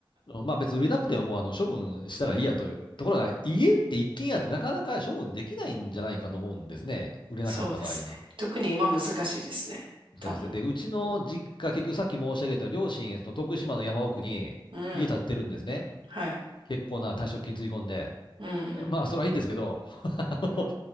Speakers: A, on the left; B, on the right.
A: うんまあ別に売れなくてももうあの処分したらいいやという。ところが家って一軒家ってなかなか処分できないんじゃないかと思うんですね。売れなかった場合に。
B: そうですね。特に今難しいですね。
A: 難しいですね。
B: 多分。
A: で、うちの実家、結局さっき申し上げた両親、その徳島の山奥に家建ってるんですね。
B: うん。はい。
A: 結構な退職金つぎ込んで。
B: うんうん。
A: まあ、それはいいんですけど、<laughs> あの
B: うん